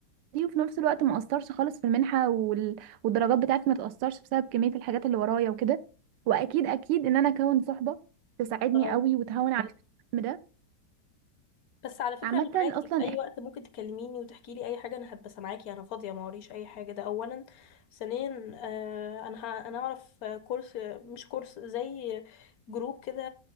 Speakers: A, on the right; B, on the left.
A: دي وفي نفس الوقت ما اقصرش خالص في المنحه وال... والدرجات بتاعتي ما تاثرش بسبب كميه الحاجات اللي ورايا وكده واكيد اكيد ان انا اكون صحبه تساعدني
B: اه
A: قوي وتهون على الهم ده
B: بس على فكرة
A: عامه
B: أنا معاكي
A: اصلا
B: في أي وقت ممكن تكلميني وتحكي لي أي حاجة أنا هبقى سامعاكي أنا فاضية ما وريش أي حاجة ده أولا ثانيا آه، أنا ه- أنا أعرف آه، كورس آه، مش كورس زي جروب كده